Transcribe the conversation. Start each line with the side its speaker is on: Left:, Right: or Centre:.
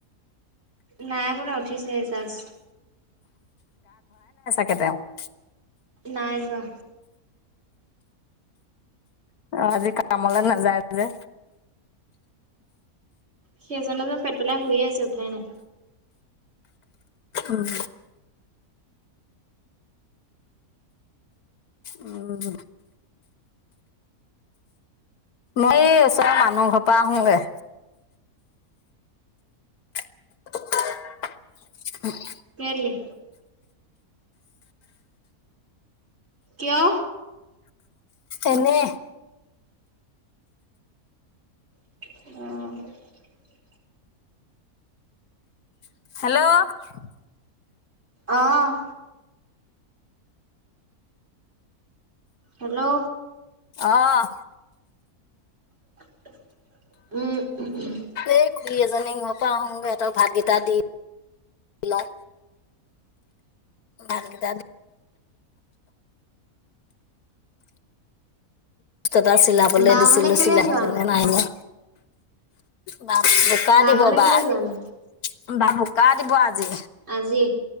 Right: নাই বনুৱা উঠিছে হে চাজ
Left: কেতিও <unintelligible>
Right: নাই ৰুৱা
Left: অ আজি কামলৈ নাযায় যে
Right: সেইজনে পেট পেলাই শুয়ে আছে উঠাই নাই
Left: উম উম মই ওচৰ মানুহ ঘৰ পৰা আহোগৈ <inaudible>
Right: কেলে কিয়
Left: এনে
Right: অহ
Left: হেল্ল'
Right: অহ হেল্ল'
Left: অহ
Right: উম
Left: এই খুৰী এজনী ইহৰ পৰা আহোঁ সিহঁতক ভাতকেইটা দি লওঁ ভাত কেইটা এটা চিলাবলে
Right: বা
Left: দিছিলো
Right: ঘৰলে কেলে
Left: চিলাই
Right: যোৱা নো
Left: মে নাই নে বা বুকা
Right: বা
Left: দিবব
Right: ঘৰলে কেলে
Left: আজি
Right: যোৱা নো
Left: বা ভোকা দিব আজি
Right: আজি